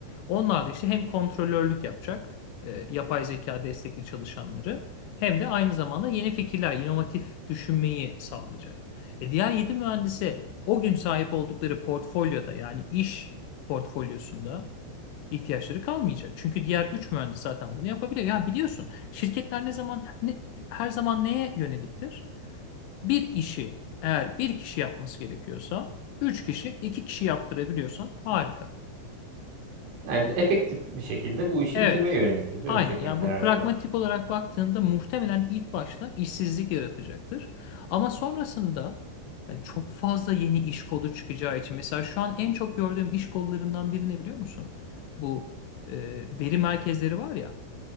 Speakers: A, on the left; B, on the right.
A: Onlar da işte hem kontrolörlük yapacak, e, yapay zeka destekli çalışanları hem de aynı zamanda yeni fikirler, inovatif düşünmeyi sağlayacak. E, diğer 7 mühendise o gün sahip oldukları portfolyoda yani iş portfolyosunda ihtiyaçları kalmayacak. Çünkü diğer 3 mühendis zaten bunu yapabilir. Yani biliyorsun şirketler ne zaman ne, her zaman neye yöneliktir? Bir işi eğer bir kişi yapması gerekiyorsa 3 kişi 2 kişi yaptırabiliyorsan harika.
B: Yani de- efektif
A: Yani,
B: bir şekilde bu işi
A: evet.
B: bitirmeye yöneliktir canım
A: Aynen.
B: şirketler
A: Yani bu pragmatik
B: her zaman.
A: olarak baktığında muhtemelen ilk başta işsizlik yaratacaktır. Ama sonrasında hani çok fazla yeni iş kolu çıkacağı için mesela şu an en çok gördüğüm iş kollarından biri ne biliyor musun? Bu e, veri merkezleri var ya.